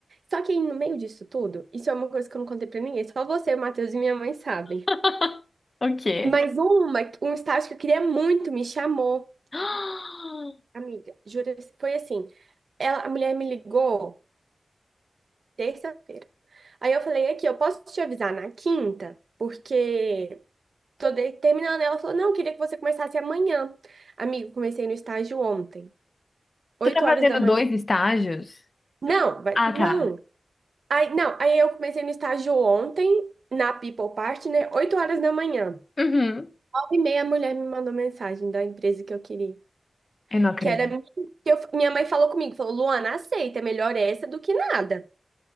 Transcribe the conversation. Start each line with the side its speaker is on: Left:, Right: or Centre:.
Right: Só que aí, no meio disso tudo, isso é uma coisa que eu não contei pra ninguém, só você, o Matheus e minha mãe sabem.
Left: <laughs> Ok.
Right: Mas uma, um estágio que eu queria muito me chamou,
Left: <gasps>
Right: amiga. Jura, foi assim. Ela, a mulher me ligou terça-feira. Aí eu falei aqui, eu posso te avisar na quinta, porque tô de- terminando. Ela falou, não, eu queria que você começasse amanhã. Amigo, comecei no estágio ontem, 8
Left: Você tá fazendo
Right: horas da manhã.
Left: dois estágios?
Right: Não, vai,
Left: Ah,
Right: não.
Left: tá.
Right: Aí, não, aí eu comecei no estágio ontem, na People Party, né? 8 horas da manhã.
Left: Uhum.
Right: 9 e meia a mulher me mandou mensagem da empresa que eu queria.
Left: Eu não acredito.
Right: Que era minha- que eu- minha mãe falou comigo, falou, Luana, aceita, é melhor essa do que nada.